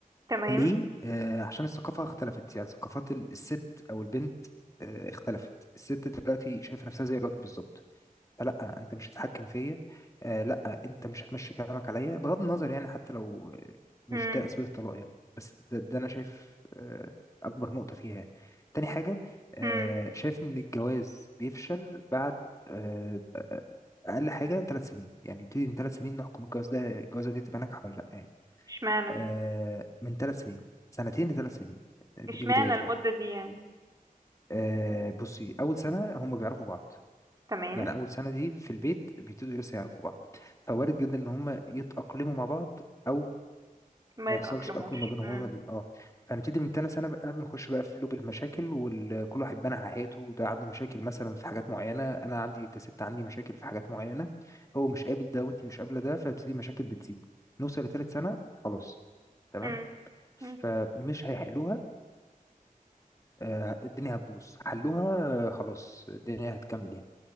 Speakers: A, on the right (about 25°); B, on the left (about 20°).
A: تمام
B: ليه؟ آه عشان الثقافة اختلفت يعني ثقافات ال- الست أو البنت آه اختلفت الست دلوقتي شايفة نفسها زي الراجل بالظبط فلا أنت مش هتتحكم فيا آه لا أنت مش هتمشي كلامك عليا بغض النظر يعني حتى لو آه، مش
A: مم.
B: ده أسباب الطلاق يعني بس ده, ده أنا شايف آه أكبر نقطة فيها يعني. تاني حاجة آه
A: مم.
B: شايف إن الجواز بيفشل بعد آه أقل حاجة ثلاث سنين يعني نبتدي من ثلاث سنين نحكم الجواز ده الجوازة دي تبقى ناجحة ولا لأ يعني.
A: اشمعنى
B: آه من ثلاث سنين سنتين لثلاث سنين آه، دي
A: اشمعنى
B: بدايتها
A: المدة
B: يعني
A: دي يعني
B: آه بصي اول سنه هم بيعرفوا بعض
A: تمام
B: يعني اول سنه دي في البيت بيبتدوا لسه يعرفوا بعض فوارد جدا ان هم يتاقلموا مع بعض او
A: ما
B: ما
A: يتأقلموش
B: يحصلش تاقلم ما بينهم
A: مم.
B: هما ال- اه فنبتدي من تاني سنه بقى بنخش بقى في لوب المشاكل وكل واحد بان على حقيقته ده عنده مشاكل مثلا في حاجات معينه انا عندي كسبت عندي مشاكل في حاجات معينه هو مش قابل ده وانت مش قابله ده فبتبتدي مشاكل بتزيد نوصل لتالت سنه خلاص تمام
A: مم.
B: فمش
A: مم.
B: هيحلوها آه، الدنيا هتبوظ حلوها آه، خلاص الدنيا هتكمل يعني